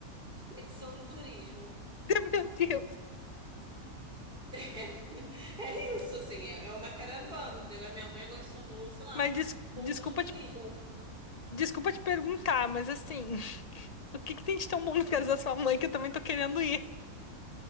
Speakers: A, on the right; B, on the left.
A: expedição de turismo.
B: <laughs> Meu Deus.
A: <laughs> É isso, assim, é é uma caravana. entendeu? Agora minha mãe agora se tornou, sei lá,
B: Mas des-
A: ponto
B: desculpa
A: de turismo.
B: te, desculpa te perguntar, mas assim, <laughs> o que que tem de tão bom no caso da sua mãe que eu também tô querendo ir?